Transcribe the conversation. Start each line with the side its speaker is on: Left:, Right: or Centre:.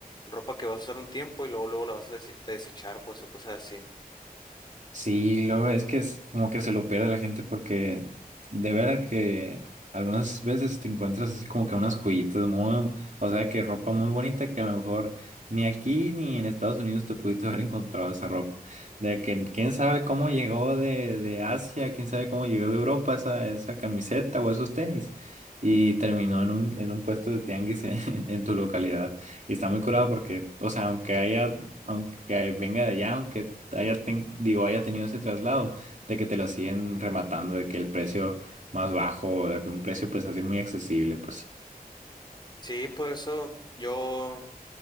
Left: ropa que vas a usar un tiempo y luego luego la vas a des- desechar, pues o cosas así.
Right: Sí, luego es que es como que se lo pierde la gente porque de veras que algunas veces te encuentras así como que unas joyitas muy, o sea, que ropa muy bonita que a lo mejor ni aquí ni en Estados Unidos te pudiste haber encontrado esa ropa. De que quién sabe cómo llegó de, de Asia, quién sabe cómo llegó de Europa esa, esa camiseta o esos tenis. Y terminó en un, en un puesto de tianguis en, <laughs> en tu localidad.
Left: <laughs>
Right: Y está muy curado porque, o sea, aunque haya aunque venga de allá, aunque haya, ten- digo, haya tenido ese traslado, de que te lo siguen rematando, de que el precio más bajo, de que un precio pues así muy accesible, pues.
Left: Sí, por eso yo